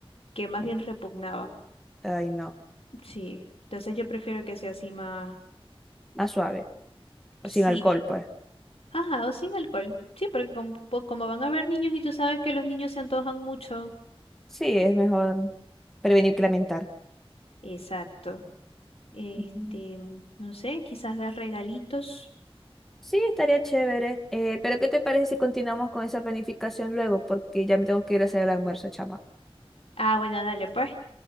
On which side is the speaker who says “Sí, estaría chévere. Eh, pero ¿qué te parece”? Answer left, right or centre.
Centre